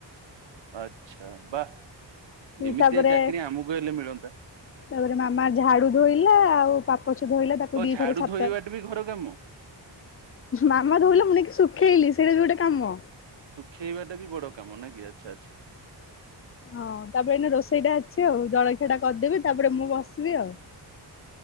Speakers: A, on the right (about 80°); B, on the left (about 35°).
A: ଆଚ୍ଛା ବା ଏମିତିଆ
B: ତାପରେ
A: ଚାକିରି ଆମକୁ ହେଲେ ମିଳନ୍ତା
B: ତାପରେ ମାମା ଝାଡୁ ଧୋଇଲା ଆଉ ପଛ ଧୋଇଲା ତାକୁ
A: ଓ
B: ଦିଥର
A: ଝାଡୁ
B: ଛାତ
A: ଧୋଇବାଟା ବି ଘର କାମ
B: ମାମା ଧୋଇଲା ମୁଁ ନେଇକି ଶୁଖେଇଲି ସେଇଟା ବି ଗୋଟେ କାମ।
A: ଖେଇବାଟା ବି ବଡ କାମ ନା କିି ଆଚ୍ଛା ଆଚ୍ଛା।
B: ହଁ ତାପରେ ଏଇନେ ରୋଷେଇ ଟା ଅଛି ଆଉ। ଜଳଖିଆ ଟା କରିଦେବି। ତାପରେ ମୁଁ ବସିବି ଆଉ।